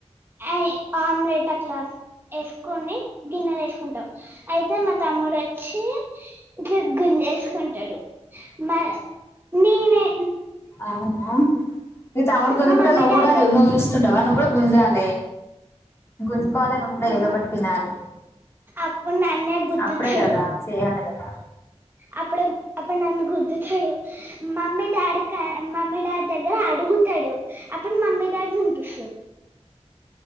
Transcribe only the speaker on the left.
అవునా మీ తమ్ముడు గుంజుకుంటే
నువ్వు
గూడా
నువ్వు జూస్తుంటవా నువ్వు గూడా గుంజాలె గుంజు కోవాలే నువ్వు గూడా
ఏదో ఒకటి తినాలి
అప్పుడే గదా చెయాలి గ ద